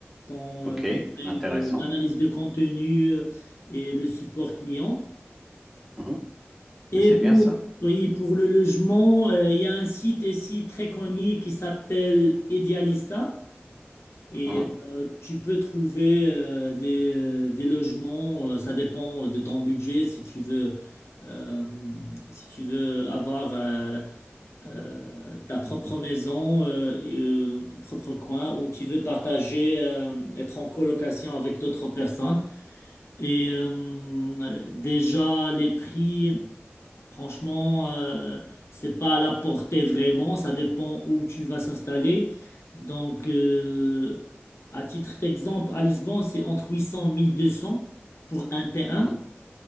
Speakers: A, on the left; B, in the centre.
A: dans
B: Ok,
A: les domaines
B: intéressant.
A: de l'analyse de contenu euh, et le support client.
B: Mhm.
A: Et
B: C'est
A: pour,
B: bien ça.
A: oui, pour le logement, euh, il y a un site ici très connu qui s'appelle Idealista. Et
B: Mhm.
A: euh, tu peux trouver euh, des, euh, des logements, euh, ça dépend de ton budget, si tu veux, euh, si tu veux avoir euh, euh, ta propre maison, euh, et, euh, ton propre coin, ou tu veux partager, euh, être en colocation avec d'autres personnes. Et euh, déjà, les prix. Franchement, euh, c'est pas à la portée vraiment, ça dépend où tu vas s'installer. Donc, euh, à titre d'exemple, à Lisbonne, c'est entre 800 et 1200 pour un T1.
B: Mhm.